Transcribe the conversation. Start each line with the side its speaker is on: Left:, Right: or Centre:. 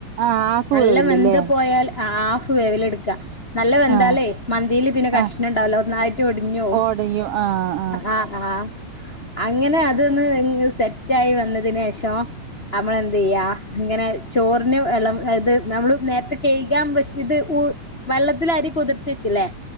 Right: ആഹ് ഹാഫ്
Left: നല്ല
Right: വേവില്ല്ലേ
Left: വെന്ത് പോയാൽ ആഫ് വേവ് ല്ട്ക്കാ നല്ല വന്താലേ
Right: ആഹ്
Left: മന്തീല് പിന്നെ
Right: ആഹ്
Left: കഷ്ണണ്ടാവൂല ഒന്നായ്ട്ട് ഒടിഞ്ഞോവും
Right: ഓടയും ആഹ്
Left: ആഹ് ആഹ് അങ്ങനെ അതൊന്ന് സെറ്റായി വന്നതിന് ശേഷം നമ്മളെന്ത് ചെയ്യാ ഇങ്ങനെ ചോറിന് വെള്ളം ഇത് നമ്മള് നേരത്തെ കഴ്കാൻ വെച്ച ഇത് വെള്ളത്ത്ലരി കുതിർത്തിച്ചില്ലേ?